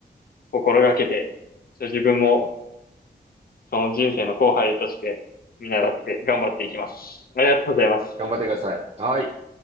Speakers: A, on the left; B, on the right.
A: 心がけて、ちょっと自分もその人生の後輩として見習って頑張っていきます。ありがとうございます。
B: 頑張ってください。はい。